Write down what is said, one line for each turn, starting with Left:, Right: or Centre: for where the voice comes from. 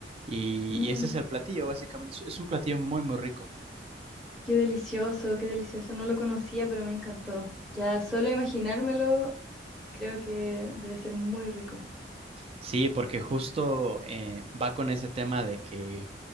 Right: Y,
Centre: Mm,
Right: y ese es el platillo, básicamente. Es es un platillo muy, muy rico.
Centre: qué delicioso, qué delicioso. No lo conocía, pero me encantó. Ya solo imaginármelo, creo que debe ser muy rico.
Right: Sí, porque justo eh, va con ese tema de que